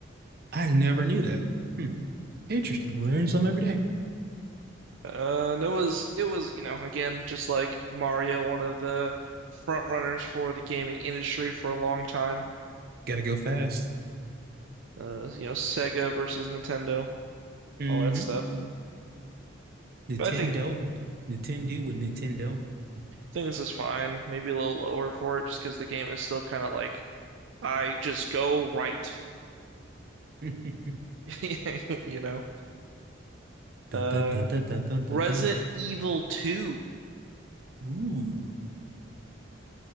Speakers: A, on the right; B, on the right.
A: I never knew that. Hmm. Interesting. Learn something every day.
B: Uh, and it was it was you know again just like Mario, one of the front runners for the gaming industry for a long time.
A: Gotta go fast.
B: Uh, you know Sega versus Nintendo,
A: hmm
B: all that stuff.
A: Nintendo.
B: But I think
A: Nintendo with Nintendo.
B: think this is fine. Maybe a little lower for it, just because the game is still kind of like I just go right,
A: <laughs>
B: <laughs> you know. Uh,
A: Mm. Dun, dun, dun, dun, dun, dun, dun,
B: Resident
A: dun.
B: Evil 2.
A: Ooh.